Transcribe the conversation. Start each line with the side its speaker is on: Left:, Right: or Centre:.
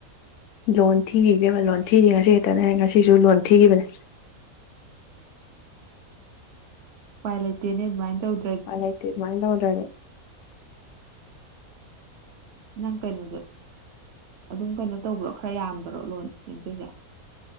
Left: ꯂꯣꯟ ꯊꯤꯔꯤ ꯏꯕꯦꯝꯃ ꯂꯣꯟ ꯊꯤꯔꯤ ꯉꯁꯤ ꯈꯠꯇꯅꯦ ꯉꯁꯤꯁꯨ ꯂꯣꯟ ꯊꯤꯈꯤꯕꯅꯦ
Right: ꯎꯄꯥꯏ ꯂꯩꯇꯦꯅꯦ ꯑꯗꯨꯃꯥꯏꯅ ꯇꯧꯗ
Left: ꯎꯄꯥꯏ ꯂꯩꯇꯦ ꯑꯗꯨ ꯃꯥꯏꯅ ꯇꯧꯗꯔꯗꯤ
Right: ꯅꯪ ꯀꯩꯅꯣꯗ‌ꯣ ꯑꯗꯨꯝ ꯀꯩꯅꯣ ꯇꯧꯕ꯭ꯔꯣ ꯈꯔ ꯌꯥꯝꯕ꯭ꯔꯣ ꯂꯣꯟ <unintelligible> ꯇꯨꯏꯖ‌ꯦ